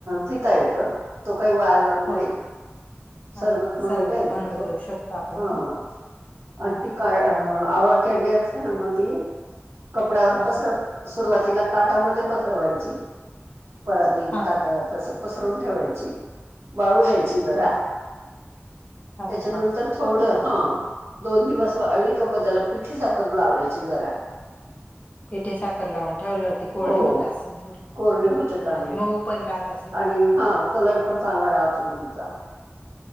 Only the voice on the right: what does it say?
पिता येतं तो काही वाया जात नाही.
सरबत
म्हणून प्यायचं
तो
हा
आणि ती का आवळा कॅनडी असते ना मग ती कपड्यावर
पसरवायची. सुरुवातीला ताटामध्ये पत्र व्हायची परातीत
ताटस पसरवून ठेवायची. वाळू द्यायची जरा
त्याच्यानंतर
थोडं हा दोन दिवस वाळी क म त्याला पिठी साखर लावायची जरा
हो
कोरडी होते चांगले
आणि हा कलर पण चांगला राहतो मग तिचा.